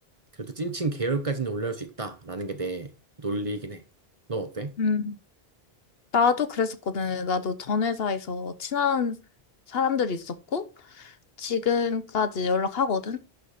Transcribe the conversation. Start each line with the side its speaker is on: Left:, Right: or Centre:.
Right: 그래도 찐친 계열까지는 올라올 수 있다라는 게 내 논리이긴 해. 너 어때?
Left: 음. 나도 그랬었거든. 나도 전 회사에서 친한 사람들이 있었고, 지금까지 연락하거든.